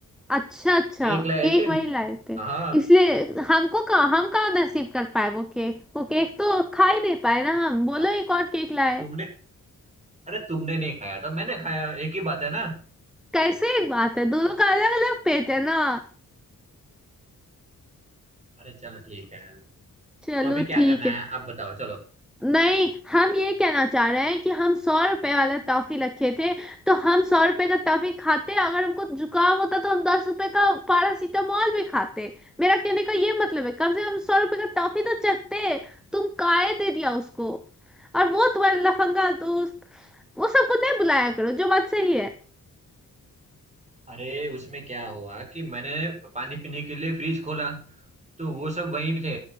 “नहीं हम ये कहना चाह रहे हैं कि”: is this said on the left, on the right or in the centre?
Centre